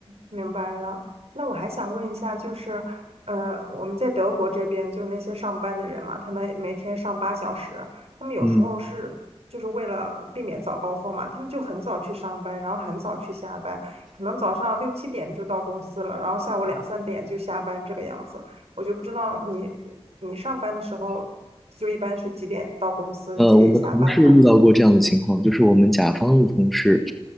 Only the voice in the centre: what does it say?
嗯。
呃，
我们同事遇到过这样的情况，就是我们甲方的同事，